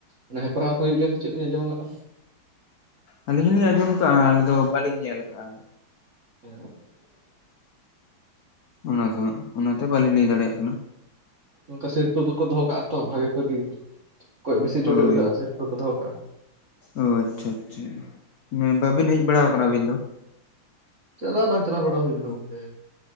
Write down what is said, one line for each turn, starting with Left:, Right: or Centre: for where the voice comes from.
Right: ᱚᱱᱟ ᱦᱮᱯᱨᱟᱣ ᱠᱚ ᱦᱩᱭᱩᱜ ᱜᱮᱭᱟ ᱥᱮ ᱪᱮᱫ ᱞᱤᱧ ᱟᱸᱡᱚᱢ ᱠᱟᱜᱼᱟ
Left: ᱟᱹᱞᱤᱧ ᱦᱚᱞᱤᱧ ᱟᱸᱡᱚᱢ ᱟᱠᱟᱜᱼᱟ ᱟᱞᱤᱧ ᱫᱚ ᱵᱟᱹᱞᱤᱧ ᱧᱮᱞ ᱟᱠᱟᱜᱼᱟ
Right: <unintelligible>
Left: ᱦᱩᱸ ᱚᱱᱟ ᱫᱚ ᱦᱟᱸᱜ ᱚᱱᱟᱛᱮ ᱵᱟᱹᱞᱤᱧ ᱞᱟᱹᱭ ᱫᱟᱲᱮᱭᱟᱜ ᱠᱟᱱᱟ
Right: ᱚᱱᱠᱟ ᱥᱤᱨᱯᱟᱹ ᱠᱚᱠᱚ ᱫᱚᱦᱚ ᱠᱟᱜᱼᱟ ᱛᱚ ᱵᱷᱟᱜᱤ ᱵᱷᱟᱜᱤ ᱚᱠᱚᱭ ᱵᱮᱥᱤ
Left: ᱦᱳᱭ
Right: ᱪᱚᱴᱮ ᱩᱰᱷᱟᱹᱜᱼᱟ ᱥᱤᱨᱯᱟᱹ ᱠᱚ ᱫᱚᱦᱚ ᱠᱟᱜᱼᱟ
Left: ᱚ ᱟᱪᱪᱷᱟ ᱟᱪᱪᱷᱟ ᱵᱟᱵᱤᱱ ᱦᱮᱡ ᱵᱟᱲᱟ ᱟᱠᱟᱱᱟ ᱟᱹᱵᱤᱱ ᱫᱚ?
Right: ᱪᱟᱞᱟᱣ ᱵᱟᱝ ᱪᱟᱞᱟᱣ ᱵᱟᱲᱟ ᱦᱩᱭ ᱠᱟᱱᱟ ᱜᱚᱝᱠᱮ᱾